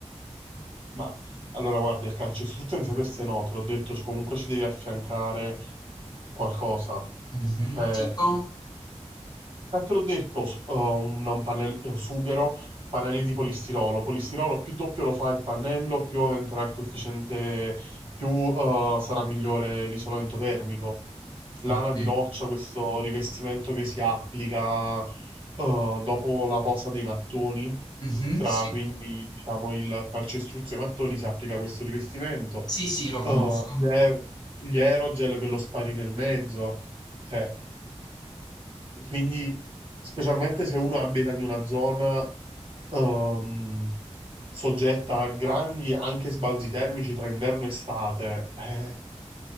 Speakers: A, on the right; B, on the left.
A: Ma allora guarda, il calcestruzzo in sé per sé no, te l'ho detto, comunque ci devi affiancare qualcosa.
B: mh-mh.
A: Eh,
B: Tipo?
A: eh, te l'ho detto, s- eh, un, un pannell- eh, sughero, pannelli di polistirolo. Polistirolo più doppio lo fa il pannello, più aumenterà il coefficiente, più eh, sarà migliore l'isolamento termico. Lana
B: Okay.
A: di roccia, questo rivestimento che si applica eh, dopo la posa dei mattoni,
B: Mh-mh,
A: tra
B: sì.
A: quindi diciamo il calcestruzzo dei mattoni, si applica questo rivestimento.
B: Sì, sì, lo
A: Eh,
B: conosco.
A: gli aer- gli aerogel che lo spari nel mezzo. Cioè, quindi, specialmente se uno abita in una zona ehm, soggetta a grandi anche sbalzi termici tra inverno e estate, eh,